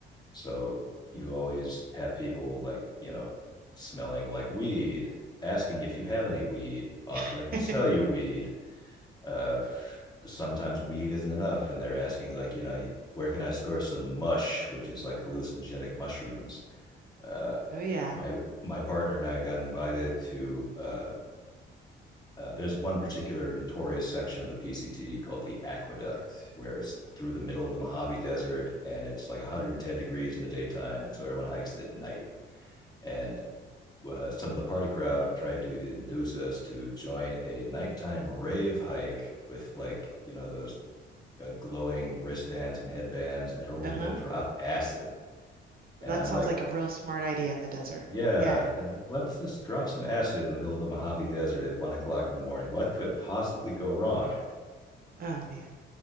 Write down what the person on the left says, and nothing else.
So you always have people like, you know, smelling like weed, asking if you have any weed, offering
to sell you weed. Uh, sometimes weed isn't enough, and they're asking, like, you know, where can I score some mush, which is like hallucinogenic mushrooms. Uh,
my my partner and I got invited to uh, uh, there's one particular notorious section of the PCT called the aqueduct, where it's through the middle of the Mojave Desert and it's like 110 degrees in the daytime. And so everyone hikes it at night. And uh, some of the party crowd tried to induce us to join a nighttime rave hike with, like, you know, those uh, glowing wristbands and headbands, and everyone
was going to drop acid.
And I'm
like,
yeah,
uh, let's just drop some acid in the middle of the Mojave Desert at one o'clock in the morning. What could possibly go wrong?